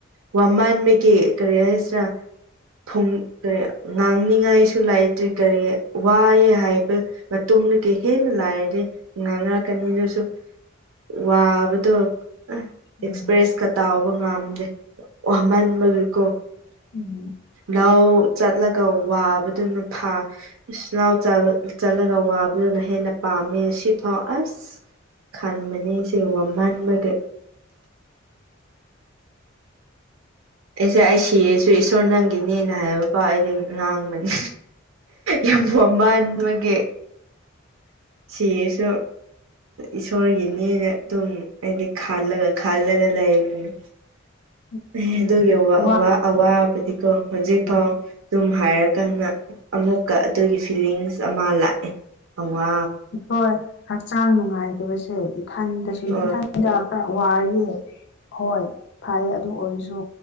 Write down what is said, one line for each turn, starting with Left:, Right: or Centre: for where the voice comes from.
Right: ꯋꯥꯃꯥꯟꯃꯦꯀꯤ ꯀꯔꯤ ꯍꯥꯏꯁꯤ꯭ꯔ <unintelligible> ꯀꯔꯤ ꯉꯥꯡꯅꯤꯡꯉꯥꯏꯁꯨ ꯂꯩꯇ꯭ꯔꯦ ꯀꯔꯤ ꯋꯥꯑꯦ ꯍꯥꯏꯕ ꯃꯇꯨꯡꯗ ꯀꯩ ꯍꯦꯟꯅ ꯂꯥꯏꯔꯗꯤ ꯉꯥꯡꯅꯔꯛꯀꯅꯤ ꯑꯗꯨꯁꯨ ꯋꯥꯕꯗꯣ ꯑꯥ ꯑꯦꯛꯁꯄ꯭ꯔꯦꯁ
Left: ꯎꯝ
Right: ꯇꯥꯎꯕ ꯉꯥꯝꯗꯦ ꯋꯥꯃꯟꯕꯗꯨꯀꯣ
Left: ꯎꯝ
Right: ꯅꯥꯎ ꯆꯠꯂꯒ ꯋꯥꯕꯗꯨꯅ ꯐꯥ ꯥꯎꯁ ꯂ ꯆꯜ ꯆꯠꯂꯒ ꯋꯥꯕꯗꯨꯅ ꯍꯦꯟꯅ ꯄꯥꯝꯃꯦ ꯁꯤꯐꯥꯎ ꯑꯁ ꯈꯥꯟꯃꯅꯤ ꯁꯤꯅ ꯋꯥꯃꯥꯟꯕꯒꯤ ꯑꯩꯁꯦ ꯑꯩ ꯁꯤꯔꯁꯨ ꯏꯁꯣꯔ ꯅꯪꯒꯤꯅꯦꯅ ꯍꯥꯏꯕ ꯐꯥꯎ ꯑꯩꯗꯤ ꯉꯥꯡꯕꯅꯤ ꯌꯥꯝ ꯋꯥꯃꯟꯕꯒ ꯁꯤꯌ‌ꯦꯁꯨ ꯏꯁꯣꯔꯒꯤꯅꯦꯅ ꯑꯗꯨꯝ ꯑꯩꯗꯤ ꯈꯂ ꯈꯜꯂꯒ ꯂꯩꯕꯅꯤ
Left: <inaudible>
Right: ꯑꯦ ꯑꯗꯨꯒꯤ ꯑꯋꯥ
Left: ꯋꯥ
Right: ꯑꯋꯥ ꯑꯋꯥꯕꯗꯤꯀꯣ ꯍꯧꯖꯤꯛꯐꯥꯎ
Left: ꯎꯝ
Right: ꯑꯗꯨꯝ ꯍꯥꯏꯔꯀꯥꯟꯗ ꯑꯃꯨꯛꯀ ꯑꯗꯨꯒꯤ ꯐꯤꯂꯤꯡꯁ ꯑꯃ ꯂꯥꯛꯑꯦ ꯑꯋꯥ
Left: ꯍꯣꯏ ꯍꯛꯆꯥꯡ ꯅꯨꯡꯉꯥꯏꯇꯕꯁꯦ ꯏꯊꯟꯗꯁꯨ
Right: ꯍꯣꯏ
Left: ꯏꯊꯟ ꯍꯗ <unintelligible> ꯋꯥꯔꯌꯦ ꯍꯣꯏ ꯐꯩ ꯑꯗꯨ ꯑꯣꯏꯔꯁꯨ